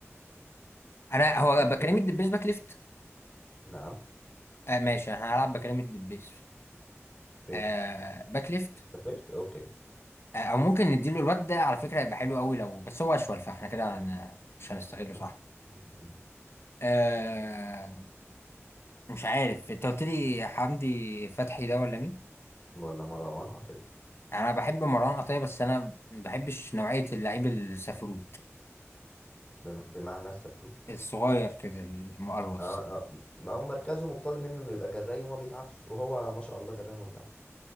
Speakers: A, on the left; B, on the left.
A: انا هو
B: <laughs>
A: بكلم الدبيس باك ليفت
B: نعم
A: آه ماشي انا هلعب بكلم الدبيس
B: فين
A: آه باك ليفت
B: شفت أوكي
A: آه او ممكن نديله الواد ده على فكرة هيبقى حلو قوي لو بس هو اشول فاحنا كده هن- مش هنستغله
B: نعم.
A: صح
B: م-
A: آه مش عارف انت قلت لي حمدي فتحي ده ولا مين
B: م. ولا مروان عطية
A: انا بحب مروان عطية بس انا ما بحبش نوعية اللعيب السفروت
B: بم- بمعنى السفروت
A: الصغير كده المقلوص
B: اه اه ما هو مركزه متطلب منه انه يبقى جراي وما بيتعبش وهو ما شاء الله جراي وما بيتعبش